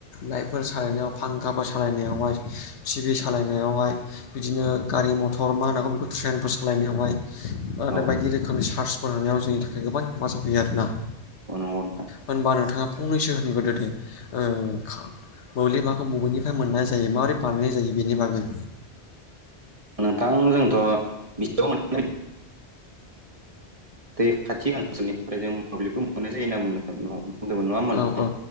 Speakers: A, on the left (about 80°); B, on the right (about 30°).
A: लाइफोर सालायनायाव फां गाबा सालायनायावहाय टि भि सालायनायावहाय बिदिनो गारि मथर मा होनांगौ बेखौ ट्रेनफोर सालायनायावहाय।
B: औ
A: आरो बायदि रोखोमनि चार्सफोर होनायाव जोंनि थाखाय गोबां हेफाजाब होयो आरोना।
B: अ नंगौ नोंथां।
A: होनबा नोंथाङा फंनैसो होनगोदो दे ओ मोब्लिबा खौ बबेनिफ्राय मोननाय जायो माबोरै बानायनाय जायो बेनि बागै।
B: नोंथां जोंथ' <unintelligible> दै खाथि ओनसोलनिफ्राय जों मोब्लिबखौ मोननाय जायो <unintelligible> बुंदोमोन नङा होनबा
A: औ औ